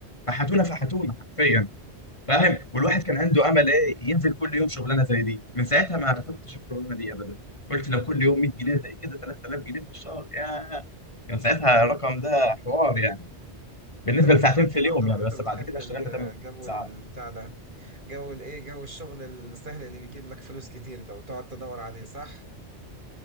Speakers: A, on the left (about 25°); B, on the right (about 45°).
A: فحتونا فحتونا حرفيا فاهم والواحد كان عنده امل ايه ينزل كل يوم شغلانه زي دي من ساعتها ما رفضتش الشغلانه دي ابدا قلت لو كل يوم 100 جنيه زي كده 3000 جنيه في الشهر يا كان ساعتها الرقم ده حوار يعني بالنسبه
B: انت من
A: لساعتين
B: زمان
A: في اليوم
B: يا اندر
A: يعني
B: وانت
A: بس
B: بتحب
A: بعد كده
B: الجو
A: اشتغلنا 8 ساعات
B: البتاع ده جو الايه جو الشغل السهل اللي بيجيب لك فلوس كتير ده وتقعد تدور عليه صح